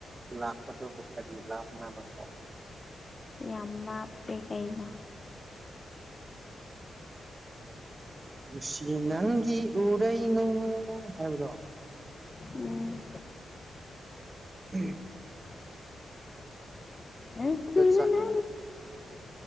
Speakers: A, on the right (about 20°); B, on the left (about 20°).
A: ꯂꯥꯛꯄꯗꯨꯕꯨ ꯀꯔꯤ ꯂꯥꯞꯅꯕ ꯀꯧ
B: ꯌꯥꯝ ꯂꯥꯞꯄꯦ ꯀꯩꯅ ꯑ
A: ꯁꯤ ꯅꯪꯒꯤ ꯎꯔꯩꯅꯨ ꯍꯥꯏꯕꯗꯣ
B: ꯎꯝ
A: ꯎꯝ
B: ꯅ
A: ꯑꯗꯨ
B: ꯁꯤꯅꯅꯦ
A: ꯆꯥꯛ